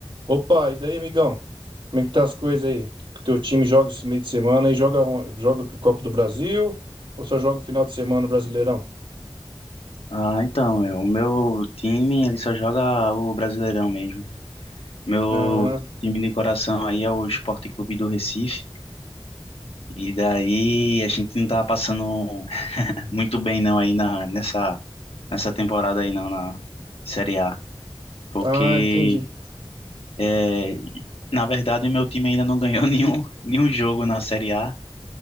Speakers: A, on the right; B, on the left.
A: Opa, e daí, amigão? Como é que tá as coisas aí? O Teu time joga esse meio de semana e joga, on- joga o Copa do Brasil ou só joga o final de semana no Brasileirão?
B: Ah, então, meu, o meu time, ele só joga o Brasileirão mesmo. Meu
A: Ah,
B: time de coração aí é o Sport Clube do Recife. E daí a gente não tá passando <laughs> muito bem não aí na, nessa, nessa temporada aí não, na Série A. Porque,
A: ah, entendi.
B: é, na verdade, o meu time ainda não ganhou <laughs> nenhum, nenhum jogo na Série A.